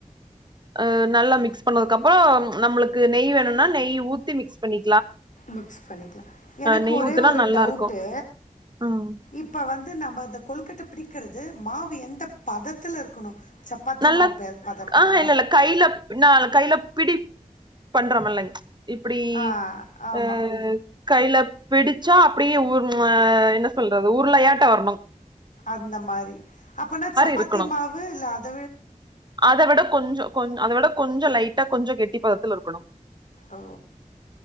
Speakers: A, on the right; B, on the left.
A: ஆ நல்லா மிக்ஸ் பண்ணது அப்றோ நம்மளுக்கு நெய் வேணும்னா நெய் ஊத்தி மிக்ஸ் பண்ணி
B: மிக்ஸ் பண்ணிக்கலாம் எனக்கு
A: நெய்
B: ஒரே
A: ஊத்துனா
B: ஒரு
A: நல்லாருக்கு
B: டவுட்டு
A: ம்
B: இப்ப வந்து நம்ம இந்த கொலுக்கட்ட பிடிக்கிறது மாவு எந்த பதத்துல இருக்கணும் சப்பாத்தி
A: நல்லா
B: மாவு பெ பதமா
A: ஆ இல்ல இல்ல கையில ந கையில பிடி பண்றோம்ல்லைவ் இப்டி
B: ஆ ஆமாம்
A: ஆ கையில பிடிச்சா அப்டியே அ என்ன சொல்றது உருளயாட்ட வரணும்
B: அந்த மாரி அப்பனா சப்பாத்தி
A: இருக்கணு
B: மாவு இல்ல அத
A: அத விட கொஞ்சம் கொஞ அதை விட கொஞ்சம் லைட்டா கொஞ்சம் கெட்டி பததுல இருக்கணும்
B: உ